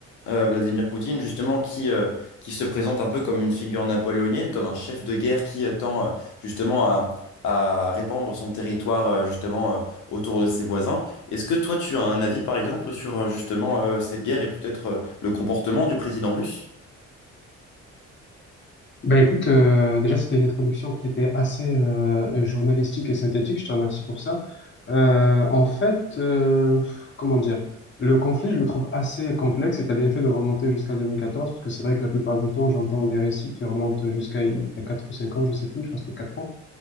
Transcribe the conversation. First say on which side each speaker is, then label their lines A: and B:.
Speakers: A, on the left; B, on the left.
A: Euh, Vladimir Poutine, justement, qui, euh, qui se présente un peu comme une figure napoléonienne, comme un chef de guerre qui euh, tend euh, justement à, à répandre son territoire euh, justement euh, autour de ses voisins. Est-ce que toi, tu as un avis, par exemple, sur euh, justement euh, cette guerre et peut-être euh, le comportement du président russe?
B: Bah écoute, euh, déjà c'était une introduction qui était assez euh, journalistique et synthétique, je te remercie pour ça. Euh, en fait, euh, comment dire, le conflit je le trouve assez complexe et t'as bien fait de remonter jusqu'à 2014 parce que c'est vrai que la plupart du temps j'entends des récits qui remontent jusqu'à il y a 4 ou 5 ans, je sais plus, je crois que c'était 4 ans.